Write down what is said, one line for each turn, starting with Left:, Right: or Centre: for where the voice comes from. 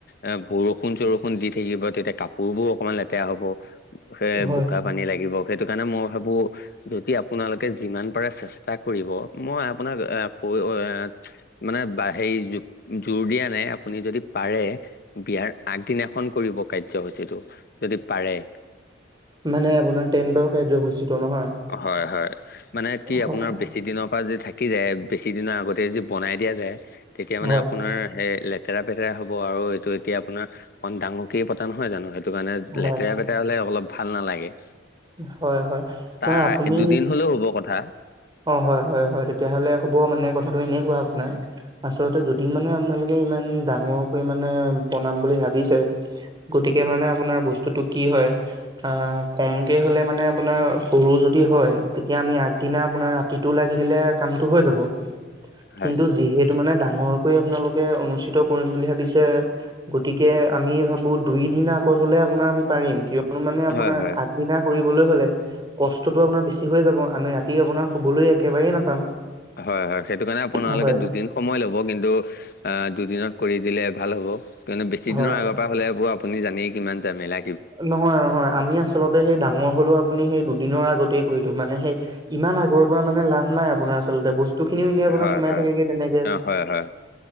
Left: এ বৰষুণ চৰষুণ দি থাকিব তেতিয়া কাপোৰ বোৰ অকমান লেতেৰা হ'ব এ
Right: হয়
Left: বোকা পানী লাগিব সেইটো কাৰণে মই ভাবো যদি আপোনালোকে যিমান পাৰে চেষ্টা কৰিব, মই আপোনাক কৈ, মানে বাই সেই জো-জোৰ দিয়া নাই, আপুনি যদি পাৰে বিয়াৰ আগদিনাখন কৰিব কাৰ্যসূচীটো, যদি পাৰে।
Right: মানে আপোনাৰ টেণ্টৰ কাৰ্যসূচীটো নহয়?
Left: হয় হয়, মানে কি
Right: হয়
Left: আপোনাৰ বে বেছি দিনৰ পৰা যদি থাকি যায়, বেছি দিনৰ আগতে যদি বনাই দিয়া যায়, তেতিয়া মানে
Right: হয়
Left: আপোনাৰ সেই লেট লেতেৰা পেতেৰা হ'ব, আৰু এইটো এতিয়া আপোনাৰ অকণ ডাঙৰকেই পতা নহয় জানো, সেইটো কাৰণে
Right: হয়
Left: লেতেৰা পেতেৰা তেৰা হ'লে অলপ ভাল নালাগে।
Right: হয় হয়,
Left: তাৰ
Right: নহয় আপুনি
Left: দুদিন হলেও হ'ব কথা
Right: অ হয় হয় হয় তেতিয়া হ'লে হ'ব মানে কথাটো এনেকোৱা আপোনাৰ আচলতে যদি মানে আপোনালোকে ইমান ডাঙৰকৈ মানে বনাম বুলি ভাবিছে গতিকে মানে আপোনাৰ বস্তুতটো কি হয় আহ কমকে হলে মানে আপোনাৰ সৰু যদি হয় তেতিয়া আমি আগদিনা আপোনাৰ ৰাতিটো লাগিলে কমটো হৈ যাব
Left: হয়
Right: কিন্তু যিহে এইটো মানে ডাঙৰকৈ আপোনালোকে অনুষ্ঠিত কৰিম বুলি ভাবিছে গতিকে, আমি ভাবো দুই দিনা আগত হ'লে আপোনাৰ আমি পাৰিম, কিয় মানে আপোনাৰ,
Left: হয় হয়
Right: আগদিনা কৰিবলৈ হ'লে, কষ্টটো আপোনাৰ বেছি হৈ যাব, আমি ৰাতি আপোনাৰ শুবলৈ একেবাৰেই নাপাম।
Left: হয় হয়, সেইটো কাৰণে আপোনালোকে
Right: হয়
Left: দুদিন সময় ল'ব, কিন্তু অ', দুদিনত কৰি দিলে ভাল হ'ব, কিন্তু বেছি
Right: হয়
Left: দিনৰ আগৰ পৰা হ'লে এইবোৰ আপোনাৰ আপুনি জানেই কিমান যামেলা
Right: নহয় নহয়, আমি আচলতে সেই ডাঙৰ হ'লেও আপুনি সেই দুদিনৰ আগতেই কৰি দিওঁ, মানে সেই ইমান আগৰ পৰা মানে লাভ নাই আপোনাৰ আচলতে, বস্তু টো খিনিও এনেই আপোনাৰ
Left: হয়
Right: সোমাই
Left: হয়
Right: থাকেগে তেনেকে,
Left: অ হয় হয়